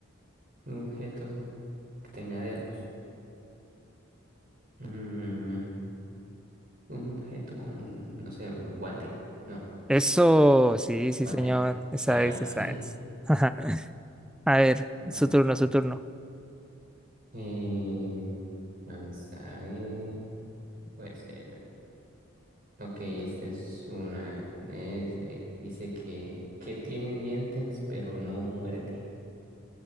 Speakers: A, on the right (about 40°); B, in the centre.
A: Un objeto que tenga dedos. Mm, un objeto con, no sé, un guante. No,
B: Eso, sí, sí,
A: guante.
B: señor. Esa
A: Ah.
B: es, esa
A: <laughs>
B: es. <laughs> A ver,
A: Vale.
B: su turno, su turno.
A: Em, vamos a ver, puede ser. Ok, esta es una. es, eh, dice que, que tiene dientes, pero no muerde.